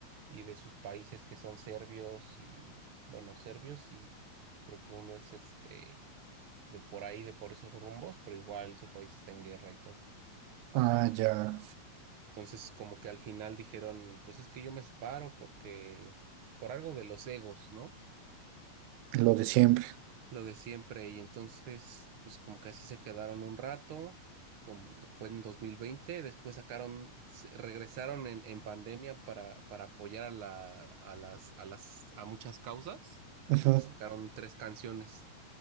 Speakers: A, on the right; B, on the right.
A: y de sus países que son serbios y, bueno, serbios y creo que uno es este de por ahí, de por esos rumbos, pero igual su país está en guerra y todo.
B: Ah, ya,
A: Entonces, como que al final dijeron, pues es que yo me separo porque por algo de los egos, ¿no?
B: lo de siempre.
A: lo de siempre. Y entonces, pues como que así se quedaron un rato, como fue en dos mil veinte después sacaron, se- regresaron en, en pandemia para, para apoyar a la, a las, a las, a muchas causas
B: Ujú.
A: y sacaron tres canciones